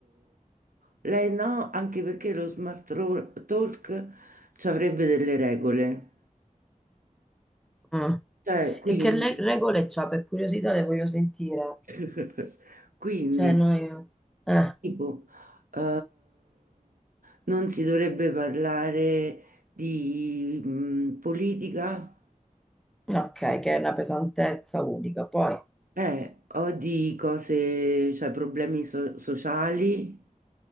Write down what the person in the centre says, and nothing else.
Mm.
E che le- regole c'ha? Per curiosità le voglio sentire.
Cioè, noi... eh,
no, ok, che è una pesantezza unica. Poi,